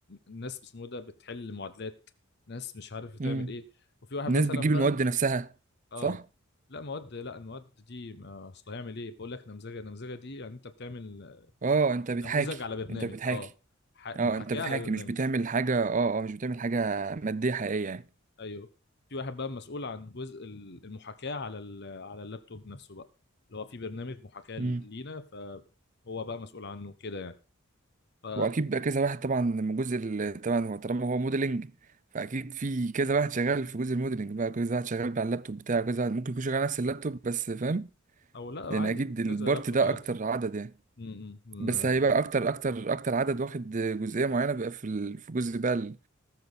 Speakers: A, on the left; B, on the right.
A: ناس اسمه ده بتحل معادلات ناس مش عارف بتعمل
B: امم
A: ايه وفي واحد
B: الناس
A: مثلا
B: بتجيب
A: بقى
B: المواد نفسها
A: اه
B: صح
A: لا مواد لا المواد دي ما اصل هيعمل ايه بقول لك نمذجه النمذجه دي يعني انت بتعمل
B: اه انت
A: نموذج
B: بتحاكي
A: على برنامج
B: انت بتحاكي
A: اه ح-
B: اه
A: محاكاه
B: انت بتحاكي
A: على برنامج
B: مش بتعمل حاجه اه اه مش بتعمل حاجه ماديه حقيقيه
A: ايوه في واحد بقى مسؤول عن جزء ال- المحاكاة على ال- على اللابتوب نفسه بقى اللي هو في برنامج محاكاة
B: يعني
A: لينا فهو بقى مسؤول عنه كده يعني ف
B: واكيد بقى كذا واحد طبعا من جزء ال- طبعا هو طالما هو موديلنج فاكيد في كذا واحد شغال في جزء الموديلنج بقى كذا واحد شغال على اللابتوب بتاعه كذا واحد ممكن يكون شغال على نفس اللابتوب بس فاهم
A: او لا
B: يعني
A: عادي
B: اكيد البارت
A: كذا لابتوب
B: ده
A: عادي
B: اكتر عدد يعني
A: م- م-
B: بس
A: لا.
B: هيبقى اكتر اكتر اكتر عدد واخد جزئيه معينه بقى في ال- في جزء بقى ال-